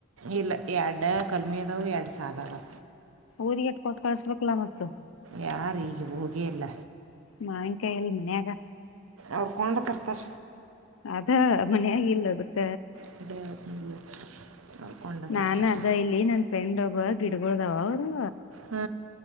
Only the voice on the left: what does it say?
ಊದೀಗೆ ಅಷ್ಟ ಕೊಟ್ಟ ಕಳ್ಸಬೇಕಲಾ ಮತ್ತ.
ಮಾವಿನಕಾಯಿ ಎಲ್ಲಿ ಮನ್ಯಾಗ
ಅದ ಮನ್ಯಾಗ ಇಲ್ಲ ಅದಕ್ಕ
ನಾನ್
ಅದ ಇಲ್ಲಿ ನನ್ ಫ್ರೆಂಡ್ ಒಬ್ಬ ಗಿಡಗೊಳ ಅದಾವ ಅವ್ರು.